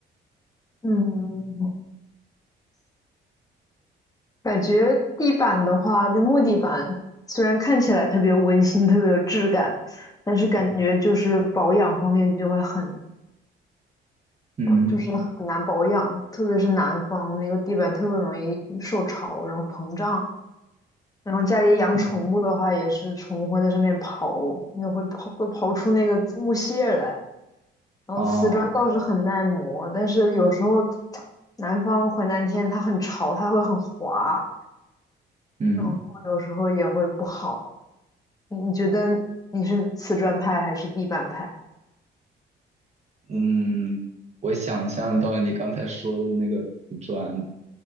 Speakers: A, on the left; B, on the right.
A: 嗯，感觉地板的话，就木地板，虽然看起来特别温馨、特别有质感，但是感觉就是保养方面就会很，
B: 嗯嗯
A: 呃就是很难保养，特别是南方那个地板特别容易受潮，然后膨胀。然后家里养宠物的话，
B: 嗯，
A: 也是宠物会在上面刨，那会刨会刨出那个木屑来。然后瓷砖倒是很耐磨，
B: 哦，
A: 但是有时候南方回南天它很潮，它会很滑，
B: 嗯
A: 然后有时候也会不好。你觉得你是瓷砖派还是地板派？
B: 嗯，我想象到你刚才说的那个瓷砖，